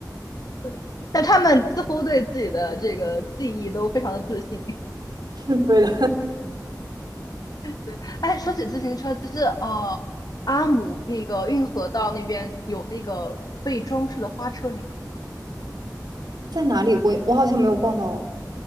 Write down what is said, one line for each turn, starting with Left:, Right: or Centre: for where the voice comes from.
Left: 对。但他们似乎对自己的这个记忆都非常的自信。
Right: <laughs> 对的，
Left: 嗯，对。哎，说起自行车，其实呃，阿姆那个运河道那边有那个被装饰的花车，你有看到吗？
Right: 在哪里我我好像没有逛到哦，